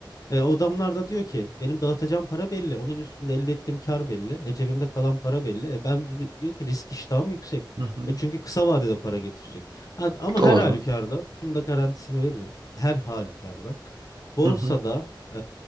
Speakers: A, on the left (about 45°); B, on the right (about 65°).
A: e, o adamlar da diyor ki benim dağıtacağım para belli. Onun üstünde elde ettiğim kar belli. E, cebimde kalan para belli. E, ben dedi, diyor ki risk iştahım yüksek.
B: Hı hı.
A: E, çünkü kısa vadede para getirecek. Ha, ama
B: Doğru.
A: her halükarda şunu da garantisini veririm. Her halükarda borsada
B: Hı hı.
A: e,